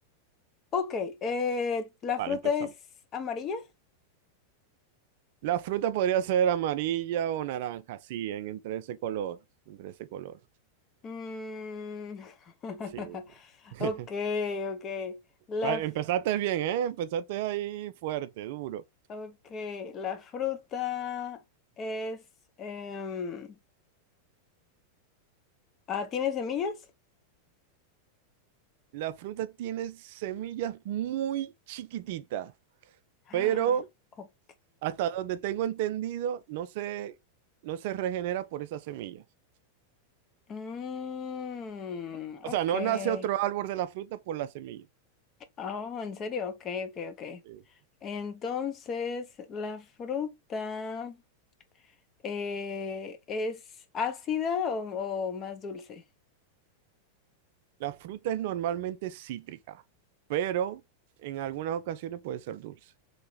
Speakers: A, on the left (about 30°); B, on the right (about 50°).
A: ok, eh, ¿la
B: Vale,
A: fruta
B: empezamos.
A: es amarilla?
B: La fruta podría ser amarilla o naranja, sí, en, entre ese color, entre ese color,
A: Mm, <laughs>
B: sí. <laughs>
A: ok, ok, la
B: Vale, Empezaste bien, ¿eh? Empezaste ahí fuerte, duro.
A: Ok, la fruta es... em, ah, ¿tiene semillas?
B: La fruta tiene semillas muy chiquititas,
A: Ah,
B: pero
A: ok.
B: hasta donde tengo entendido, no se, no se regenera por esas semillas.
A: Mm,
B: O
A: ok.
B: sea, no nace otro árbol de la fruta por las semillas.
A: Oh, ¿en serio? Ok, ok, ok.
B: Sí.
A: Entonces, ¿la fruta eh, es ácida o, o más dulce?
B: La fruta es normalmente cítrica, pero en algunas ocasiones puede ser dulce.